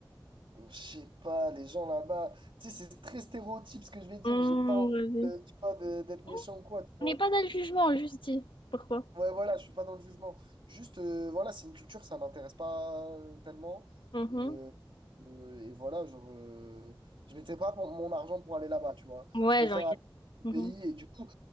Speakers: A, on the right; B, on the left.
A: Je sais pas, les gens là-bas. Tu sais, c'est très stéréotype ce que je vais dire.
B: Hum,
A: J'ai pas envie
B: vas-y.
A: de- tu vois, de- d'être méchant
B: On
A: ou quoi, tu vois.
B: n'est pas dans le jugement, juste dit. Pourquoi?
A: Ouais, voilà, je suis pas dans le jugement. Juste, euh, voilà, c'est une culture, ça m'intéresse pas euh, tellement.
B: Mhm.
A: Et, euh, euh, et voilà, genre, euh, je mettais pas pour- mon argent pour aller là-bas, tu vois.
B: Ouais,
A: Je préfère
B: genre, il
A: aller
B: y a-
A: au pays
B: Mhm.
A: et du coup,